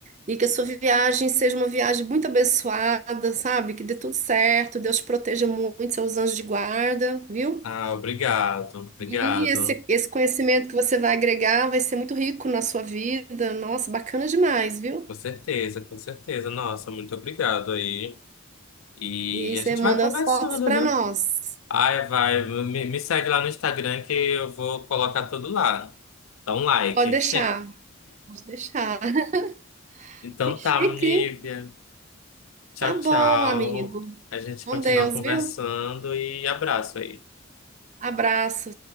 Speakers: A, on the right (about 35°); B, on the left (about 80°).
A: e que a sua viagem seja uma viagem muito abençoada, sabe? Que dê tudo certo, Deus te proteja muito, seus anjos de guarda, viu?
B: Ah, obrigado. Obrigado.
A: E esse, esse conhecimento que você vai agregar vai ser muito rico na sua vida. Nossa, bacana demais, viu?
B: Com certeza, com certeza. Nossa, muito obrigado aí. E
A: E aí você
B: a gente
A: manda
B: vai conversando,
A: as fotos para
B: né?
A: nós.
B: Ai, vai, me, me segue lá no Instagram que eu vou colocar tudo lá. Dá um like.
A: Pode deixar,
B: <laughs>
A: pode deixar. <laughs>
B: Então
A: Que chique,
B: tá, Nívia.
A: hein?
B: Tchau,
A: Tá bom,
B: tchau.
A: amigo.
B: A gente
A: Com
B: continua
A: Deus,
B: conversando
A: viu?
B: e abraço aí.
A: Abraço,